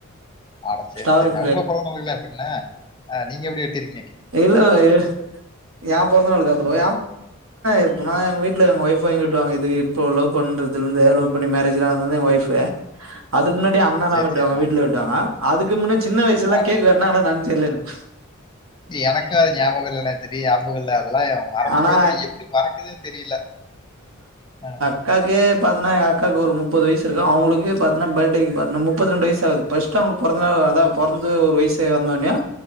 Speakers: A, on the left; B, on the right.
A: ஆடா சேர்
B: ஸ்ட்ராபெரி
A: சேரின உங்க கொழந்தைகள் நா எப்டின்னெ அ நீங்க எப்டி வெட்டிருக்
B: எல்லா எ என் பொறந்த நாளுக்கா ஃப்ரோ
A: ம்.
B: எப்பனா எங்க வீட்டுல எங்க ஒய்ஃப் வாங்கி வெட்டுவாங்க இது பலோ பண்றதுல இருந்தே லோப் பண்ணி மேரேஜ்லாம் இருந்த என் ஒய்ஃபு அதுக்கு முன்னாடி அண்ணெலாம்
A: சரி,
B: வெட்டுவாங்க
A: சரிண்ணே.
B: வீட்ல வெட்டுவாங்க அதுக்கு முன்ன சின்ன வயசு எல்லாம்
A: அட
B: கேக்கு வெட்னாங்களா நான் தெர்ல எனக்கு
A: எனக்கு அது ஞாபகம் இல்லன்னே தெரி ஞாபகல்ல அதெல்லாம் மறந்து
B: ஆனா
A: போச்சு எப்டி மறக்குதுன்னு தெரியல அ
B: அக்காகே பாத்னா எங்கக்காக்கு ஒரு முப்பது வயசு இருக்கும் அவுங்களுக்கு பாத்தனா பட்டேக்கு பாத்தன்னா முப்பத்திரெண்டு வயசாவுது பஸ்ட் அவனுக் பொறந்த நாள் அத பொறந்து ஒரு வயசு வந்தொனே